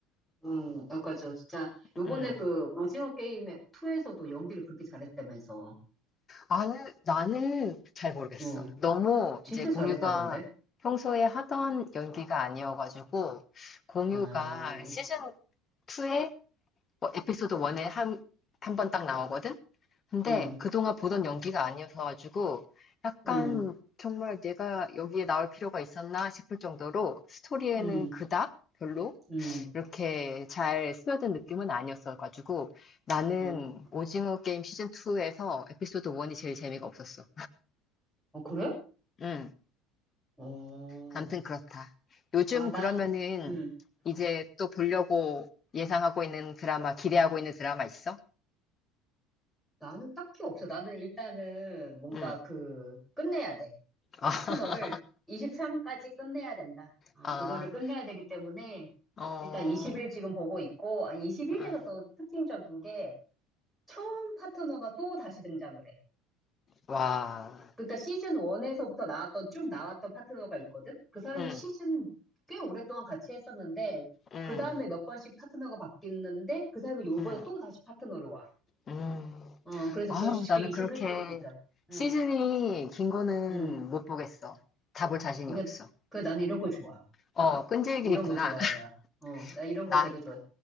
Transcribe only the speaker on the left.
음.
나는, 나는 잘 모르겠어.
너무
이제 공유가
평소에 하던 연기가 아니어가지고 공유가
시즌 2에 뭐 에피소드 1에 한, 한 번 딱 나오거든? 근데
그동안 보던 연기가 아니어서가지고 약간
정말 내가 여기에 나올 필요가 있었나 싶을 정도로 스토리에는
그닥 별로
이렇게 잘 스며든 느낌은 아니었어가지고 나는
오징어 게임 시즌2에서 에피소드 1이 제일 재미가 없었어.
음,
암튼 그렇다. 요즘
그러면은
이제 또 보려고 예상하고 있는 드라마, 기대하고 있는 드라마 있어?
응.
<laughs>
아,
아.
어,
응.
와,
응,
응,
응,
응.
아우,
나는
그렇게
시즌이 긴 거는
못 보겠어. 다 볼 자신이
없어.
어, 끈질기겠구나.
<laughs>
나,